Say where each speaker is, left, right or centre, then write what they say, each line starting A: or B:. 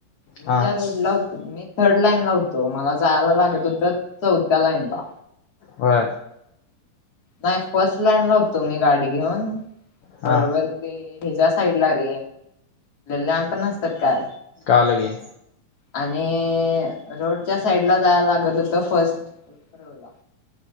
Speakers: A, on the left (about 30°); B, on the left (about 70°).
A: मी
B: हा
A: ज्या रोडला होतो मी थर्ड लाईन ला होतो मला जायला लागत होत चौथ्या लाईन ला
B: हो
A: नाही फर्स्ट लाईन लावतो मी गाडी घेऊन
B: हा
A: बरोबर. ते ह्याच्या साईड ला रे लॅम्प नसतात काय?
B: कालगे
A: आणि रोडच्या साईड ला जायला लागत होत फर्स्ट रो ला